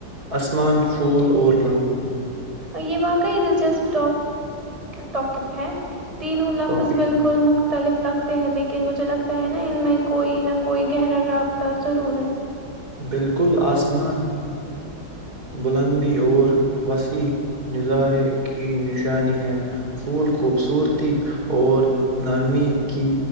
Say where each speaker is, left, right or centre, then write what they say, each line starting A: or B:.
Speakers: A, on the right (about 55°); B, on the right (about 20°).
A: آسمان پھول اور لہو
B: یہ واقعی دلچسپ ٹاپپ ہے تینوں لفظ
A: ٹاپک
B: بالکل مخت مختلف لگتے ہیں لیکن مجھے لگتا ہے نا ان میں کوئی نہ کوئی گہرا رابطہ ضرور ہے
A: بالکل آسمان بلندی اور وسیع نظارے کی نشانی ہے پھول خوبصورتی اور نرمی کی